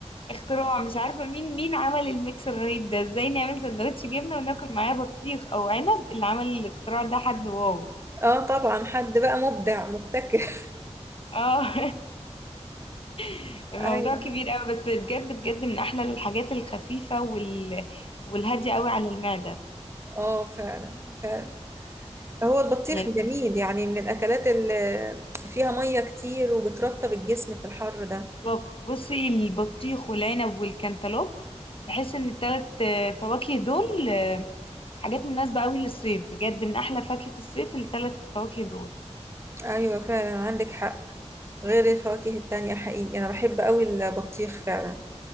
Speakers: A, on the left (about 50°); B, on the right (about 20°).
A: اختراع مش عارفه مين مين عمل الميكس الرهيب ده ازاي نعمل سندوتش جبنه وناكل معاه بطيخ او عنب اللي عمل الاختراع ده حد واو
B: اه طبعا حد بقى مبدع مبتكر <laughs>
A: اه <laughs> الموضوع
B: ايوه
A: كبير قوي بس بجد بجد من احلى الحاجات الخفيفه وال... والهاديه قوي على المعده
B: اه فعلا فعلا هو البطيخ
A: يعني
B: جميل يعني من الاكلات اللي فيها ميه كتير وبترطب الجسم في الحر ده
A: طب بصي البطيخ والعنب والكنتالوب بحس ان التلات آه، فواكه دول آه، حاجات مناسبة قوي للصيف بجد من احلى فاكهة الصيف التلات فواكه دول
B: ايوه فعلا عندك حق غير الفواكه التانية حقيقي انا بحب قوي البطيخ فعلا